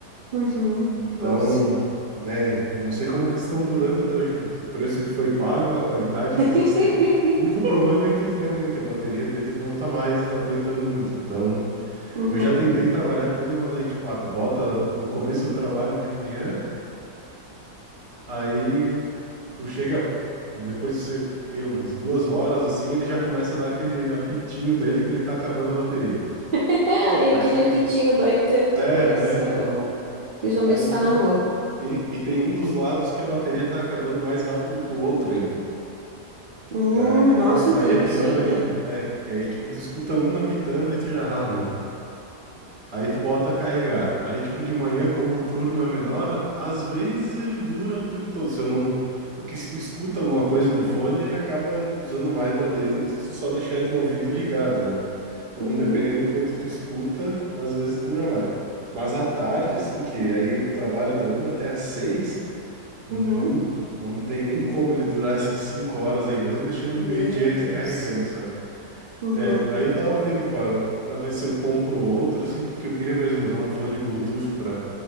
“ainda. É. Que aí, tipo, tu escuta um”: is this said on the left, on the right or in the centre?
Right